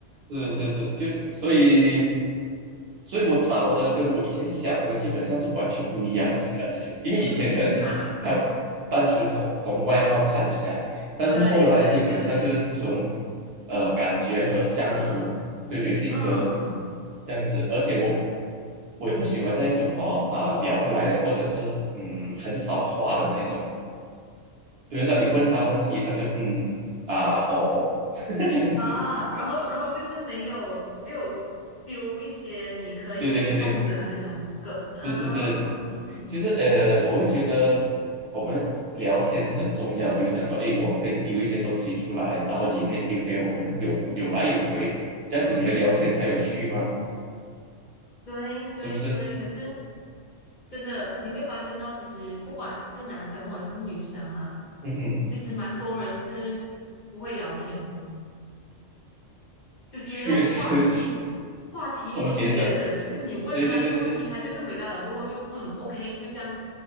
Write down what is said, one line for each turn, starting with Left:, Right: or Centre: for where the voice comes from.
Right: 是是是，就所以，所以我找的跟我以前想的基本上是完全不一样的，<laughs> 因为以前可能是看
Left: 嗯，<laughs> 哈哈哈，
Right: 单纯从从外貌看起来，但是后来就基本上就是从
Left: 对对对，
Right: 呃感觉和相处，
Left: 性格，
Right: 对对，性格
Left: 嗯。
Right: 这样子，而且我我也不喜欢那种哦啊聊不来的，或者是嗯很少话的那一种，比如说你问他问题，他就嗯啊哦 <laughs> 这样子，
Left: 啊，然后然后就是没有没有丢一些你可以互动的那种梗啊，
Right: 对对对对。是是是，
Left: 嗯
Right: 其实呃，我会觉得我们聊天是很重要。比如想说，哎，我可以丢一些东西出来，然后你也可以丢给我们，有有来有回，这样子你的聊天才有趣嘛，
Left: 嗯嗯，对对对，
Right: 是不是？
Left: 可是真的你会发现到，其实不管是男生或者是女生啦，
Right: 嗯哼，
Left: 其实蛮多人是不会聊天的，就是那种话题
Right: 缺失
Left: 话题终结者，
Right: <laughs> 终结者，
Left: 就是你问他一个问题，
Right: 对对对对对，
Left: 他就是回答了过后就嗯 OK 就这样，